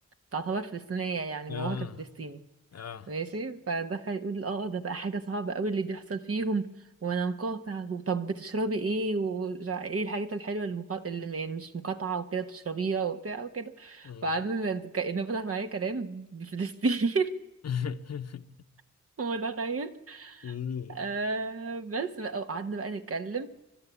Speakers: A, on the right; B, on the left.
A: تعتبر فلسطينية يعني باباها
B: اه
A: كان فلسطيني
B: اه
A: ماشي فدخل يقول اه ده بقى حاجة صعبة قوي اللي بيحصل فيهم وانا مقاطع وطب بتشربي ايه وايه الحاجات الحلوة اللي, مقا... اللي يعني مش مقاطعة وكده بتشربيها وبتاع وكده
B: مم.
A: فقعدنا ن- كأنه فتح معايا كلام بفلسطين
B: <laughs>
A: <laughs> متخيل
B: مم.
A: آه بس بقى وقعدنا بقى نتكلم